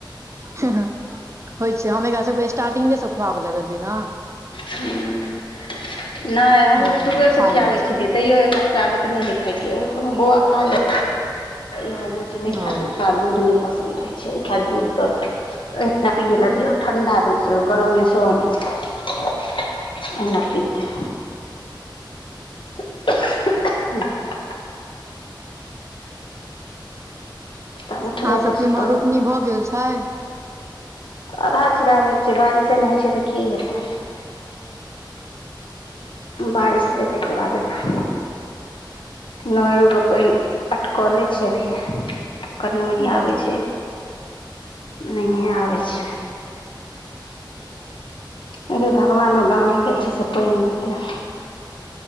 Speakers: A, on the right; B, on the left.
A: होय छै, हम एकरा सबके स्टार्टिंगे सँ खुआब लगलियै ना।
B: हूं नैय हमहुूँ
A: हूँ
B: शुरुए
A: तऽ खा
B: से खियाबै
A: लै छै
B: छेलियै। तैयो एकरा सब के आदत नै हेै, खाय के हमर बौआ खा लेत। हमरि बुच्ची नै खायैत,
A: ओ
B: ओकरा दूध नै पसंन्द रहै छै, ओ खायत दूध तऽ एहिना पियै लए दियौ, ठण्डा दूध सेहो, गरम सेहो नै। अहिना पितै। <unintelligible> तब उठबै
A: आहाँ सबके
B: एतऽसँ
A: इम्हर
B: तबे
A: रोपनी
B: देबै
A: भए गेल छैय।
B: अधहा- छिधहा भेल छै, बारिशे नै होय छै तऽ की हेतै। बारिश हेतै तैय के बाद ने। नोहरो के पैन अटकले छैय अभी। कनी -मनी आबै
A: ओ
B: छै, नैहे आबै छैय। एय बेर भगवानो गामे गेल छैय, से पैन देतै।